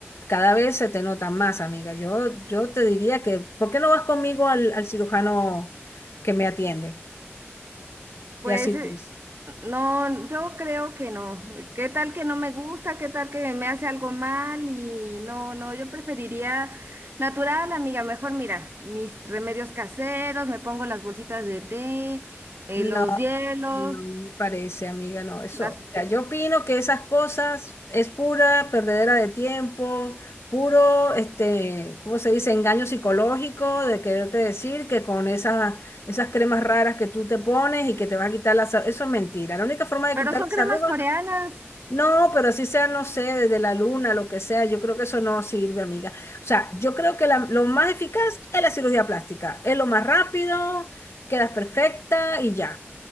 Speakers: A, on the left (about 75°); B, on the right (about 55°).
A: cada vez se te nota más, amiga. Yo, yo te diría que, ¿por qué no vas conmigo al, al cirujano que me atiende?
B: Pues
A: Y así
B: eh,
A: tú dices.
B: no, yo creo que no. ¿Qué tal que no me gusta? ¿Qué tal que me hace algo mal? Y no, no, yo preferiría natural, amiga. Mejor mira, mis remedios caseros, me pongo las bolsitas de té, eh,
A: No.
B: los hielos,
A: No me parece, amiga, no, eso,
B: las...
A: mira, yo opino que esas cosas es pura perdedera de tiempo, puro, este, ¿cómo se dice? Engaño psicológico de quererte decir que con esas, esas cremas raras que tú te pones y que te vas a quitar las arrugas, eso es mentira. La única forma de
B: Pero
A: quitar
B: son
A: las
B: cremas
A: arrugas,
B: coreanas.
A: no, pero así sea, no sé, desde la luna, lo que sea, yo creo que eso no sirve, amiga. O sea, yo creo que la- lo más eficaz es la cirugía plástica, es lo más rápido, quedas perfecta y ya.